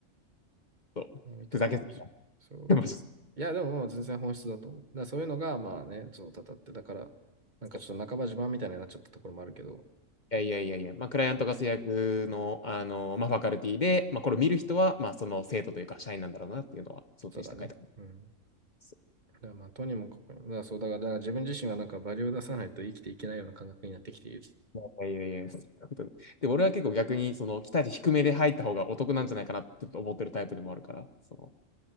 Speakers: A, on the left; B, on the right.
A: そう。
B: う、みたいな話。
A: ふざけすぎた。
B: そう。
A: <laughs> マジで
B: いや、でももう全然本質だと思う。だからそういうのが、まあね、そう、たたって、だから、なんかちょっと半ば自慢みたいになっちゃったところもあるけど、
A: そういやいやいやいや、まあ、クライアントが制約の、あの、まあ、ファカルティで、まあ、これを見る人は、まあ、その生徒というか、社員なんだろうなっていうのは想定して書いてありま
B: そうだね。うん。
A: す。そ
B: だからまあ、とにもかくにも、だからそう、だから、だから自分自身はなんかバリを出さないと生きていけないような感覚になってきている。
A: ういやいやいや、そういうことで、で俺は結構逆に、その、期待値低めで入った方がお得なんじゃないかなって思ってるタイプでもあるから、その、